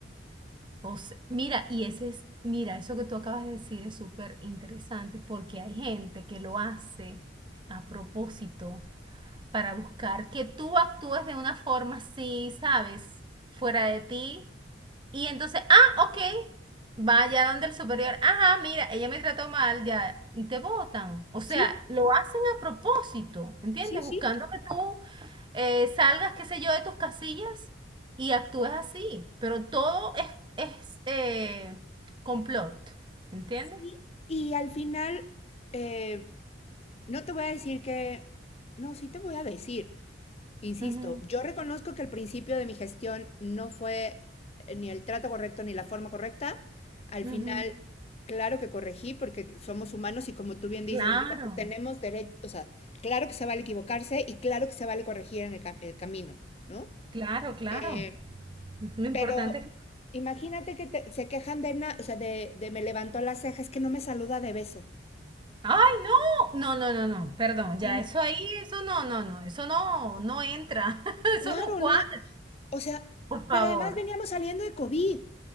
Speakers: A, on the right (about 25°); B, on the left (about 30°).
A: o se- mira, y ese es, mira, eso que tú acabas de decir es súper interesante porque hay gente que lo hace a propósito para buscar que tú actúes de una forma así, ¿sabes? Fuera de ti Y entonces, ah, ok, vaya donde el superior, ajá, mira, ella me trató mal, ya, y te botan. O sea,
B: Sí,
A: lo hacen a propósito, ¿entiendes?
B: sí, sí,
A: Buscando que tú eh, salgas, qué sé yo, de tus casillas y actúes así. Pero todo es, es eh, complot, ¿entiendes?
B: sí. Y al final, eh, no te voy a decir que, no, sí te voy a decir Insisto,
A: Ujú,
B: yo reconozco que el principio de mi gestión no fue eh, ni el trato correcto ni la forma correcta. Al
A: ujú.
B: final, claro que corregí porque somos humanos y como tú bien dices,
A: Claro,
B: esta- tenemos derecho, o sea, claro que se vale equivocarse y claro que se vale corregir en el, ca- el camino, ¿no?
A: claro, claro.
B: Eh,
A: Lo importante
B: pero
A: es
B: imagínate que te- se quejan de, na- o sea, de, de me levantó las cejas, es que no me saluda de beso.
A: Ay, no, no, no, no, no, perdón,
B: ¿Cómo?
A: ya, eso ahí, eso no, no, no, eso no, no entra, <laughs> eso
B: Claro,
A: no cuadra,
B: no, O sea,
A: por favor.
B: pero además veníamos saliendo de COVID.